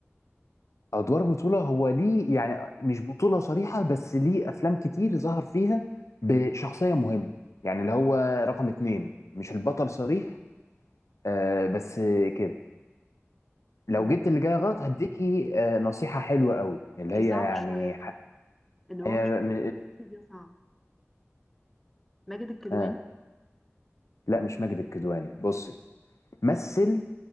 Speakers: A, on the left; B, in the centre.
A: ادوار بطوله هو ليه يعني مش بطوله صريحه بس ليه افلام كتير ظهر فيها بشخصيه مهمه يعني اللي هو رقم اتنين مش البطل صريح آه بس كده لو
B: مم،
A: جبت اللي جاي غلط هديكي آه نصيحه حلوه قوي اللي
B: دي
A: هي
B: صعبة
A: يعني
B: شوية
A: ح-
B: ان هو
A: هي
B: مش
A: م-
B: ممثل أساسي، دي صعبة ماجد الكدواني
A: آه لا مش ماجد الكدواني بصي مثل